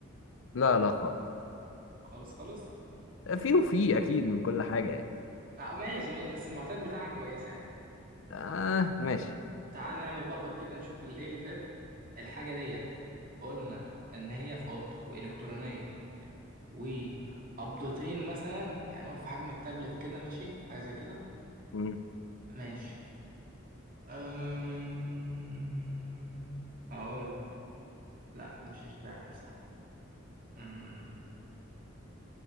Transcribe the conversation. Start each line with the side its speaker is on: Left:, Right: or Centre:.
Left: لا لا خالص
Right: خالص خالص
Left: في وفي اكيد من كل حاجة يعني
Right: آه، ماشي ماشي بس المعطيات بتاعها كويسة يعني
Left: اه ماشي
Right: تعال نعمل باك اب كده نشوف اللي إيه اللي فات الحاجة ديت قلنا إن هي في أوضتك وإلكترونية وقبضتين مثلا يعني أقول في حجم التابلت كده ماشي حاجة زي كده
Left: مم.
Right: ماشي أم... هقول لك لا مش الشاحن صح أم...